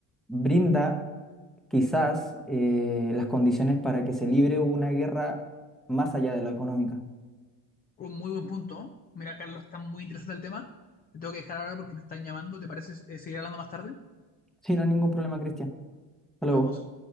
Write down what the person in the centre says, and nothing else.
brinda quizás eh, las condiciones para que se libre una guerra más allá de lo económica.
Sí, no hay ningún problema, Cristian. hola